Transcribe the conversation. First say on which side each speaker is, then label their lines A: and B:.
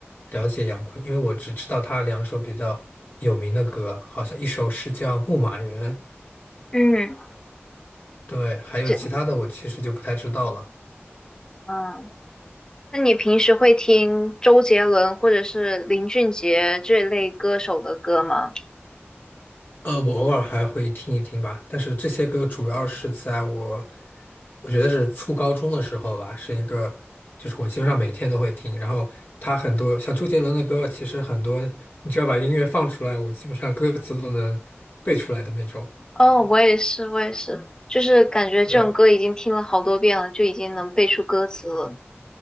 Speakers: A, on the left; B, on the left.
A: 了解杨坤，因为我只知道他两首比较有名的歌，好像一首是叫《牧马人》，
B: 嗯，
A: 对，还有其他的我其实就不太知道了。
B: 这，嗯，那你平时会听周杰伦或者是林俊杰这类歌手的歌吗？
A: 呃，我偶尔还会听一听吧，但是这些歌主要是在我，我觉得是初高中的时候吧，是一个，就是我基本上每天都会听。然后他很多像周杰伦的歌，其实很多，你只要把音乐放出来，我基本上歌词都能背出来的那种。
B: 哦，我也是，我也是，就是感觉这种歌已经听了好多遍了，
A: 对。
B: 就已经能背出歌词了。